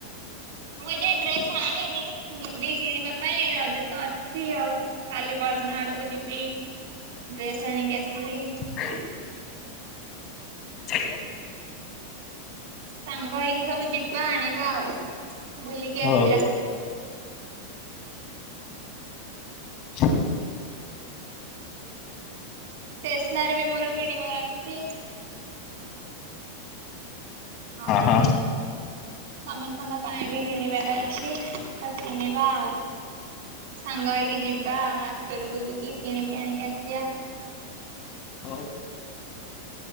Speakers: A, on the right; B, on the left.
A: ମୁଁ ଏଯାଇ ଡ୍ରେସ ଆଣିନି ଯିବି କିଣିବା ପାଇଁ ରଜ ତ ଅଛି ଆଉ। କାଲି ପରଦିନ ଆଡକୁ ଯିବି, ଡ୍ରେସ ଆଣିକି ଆସିବି।
B: ହ <unintelligible>
A: ସାଙ୍ଗ ହେଇକି ସବୁ ଯିବା ଆଣିବା ଆଉ ବୁଲିକି
B: ହଉ।
A: ଆସିବା।
B: ଶୁକ୍ରା <unintelligible>
A: ଷ୍ଟେସନାରୀ ବି ମୋର କିଣିବାର ଅଛି। ଆଉ
B: ହଁ ହଁ।
A: ସମସ୍ତଙ୍କ ପାଇଁ ବି କିଣିବାର ଅଛି। କିନିବା ଆଉ। ସାଙ୍ଗ ହେଇକି ଯିବା ମାର୍କେଟ ବୁଲିକି କିଣିକି ଆଣିକି ଆସିବା।
B: ହଉ।